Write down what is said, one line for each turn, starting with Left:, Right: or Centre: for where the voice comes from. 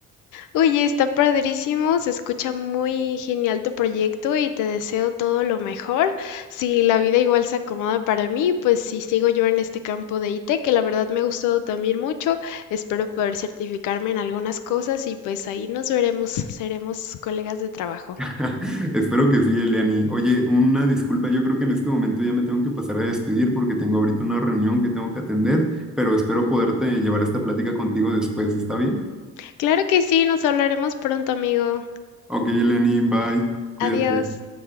Left: Oye, está padrísimo, se escucha muy genial tu proyecto y te deseo todo lo mejor. Si la vida igual se acomoda para mí, pues si sigo yo en este campo de IT, que la verdad me ha gustado también mucho, espero poder certificarme en algunas cosas y pues ahí nos veremos, seremos colegas de trabajo.
Centre: <laughs> Espero que sí, Eliani. Oye, una disculpa, yo creo que en este momento ya me tengo que pasar a despedir porque tengo ahorita una reunión que tengo que atender, pero espero poderte llevar esta plática contigo después, ¿está bien?
Left: Claro que sí, nos hablaremos pronto, amigo.
Centre: Ok, Eliani, bye, cuídate.
Left: Adiós.